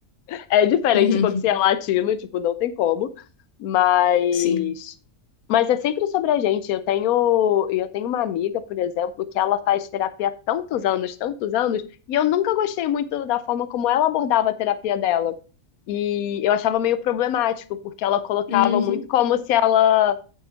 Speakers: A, on the left (about 85°); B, on the left (about 50°).
A: é diferente
B: <laughs> uhum,
A: quando você é latino, tipo, não tem como. Mas
B: sim,
A: mas é sempre sobre a gente. Eu tenho, eu tenho uma amiga, por exemplo, que ela faz terapia há tantos anos, tantos anos, e eu nunca gostei muito da forma como ela abordava a terapia dela. E eu achava meio problemático, porque ela colocava
B: uhum,
A: muito como se ela